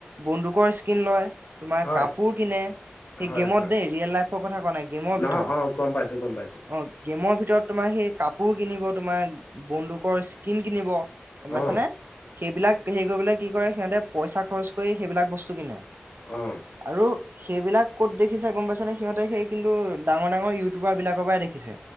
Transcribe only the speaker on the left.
হয়
হয়
হয়
নহয়
অ গম পাইছো গম পাইছো
অ
আহ